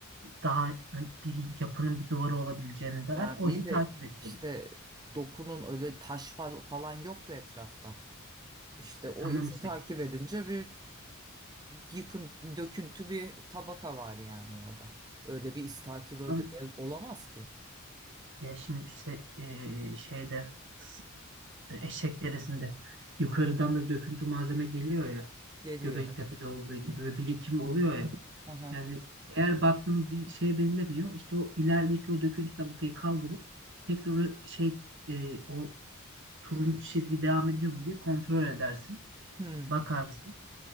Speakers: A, on the right; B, on the right.
A: daha ön- bir yapının bir duvarı olabileceğini der.
B: Yani
A: O
B: iyi
A: izi
B: de
A: takip et
B: işte
A: dedi.
B: dokunun öyle taş fal- falan yoktu etrafta. İşte
A: E,
B: o
A: tamam
B: izi
A: işte.
B: takip edince bir yıkın, döküntü bir tabaka var yani orada. Öyle bir iz takibi
A: Tamam.
B: öde- olamaz ki.
A: Ya şimdi işte, e, şeyde s- e, eşek derisinde yukarıdan da döküntü malzeme geliyor ya.
B: Geliyor.
A: Göbeklitepe'de olduğu gibi bir birikim oluyor ya.
B: Aha.
A: Yani eğer baktığınız bir şeye benzemiyor. işte o ilerideki o döküntü tabakayı kaldırıp tekrar o şey e, o turuncu çizgi devam ediyor mu diye kontrol edersin.
B: Hmm.
A: Bakarsın.